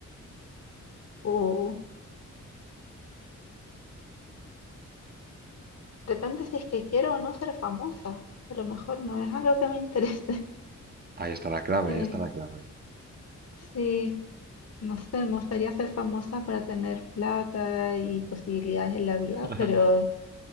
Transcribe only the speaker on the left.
Uh, depende si es que quiero o no ser famosa. A lo mejor no es algo que me interese. <laughs>
Eh,
sí, no sé, me gustaría ser famosa para tener plata y posibilidades en la vida,
pero,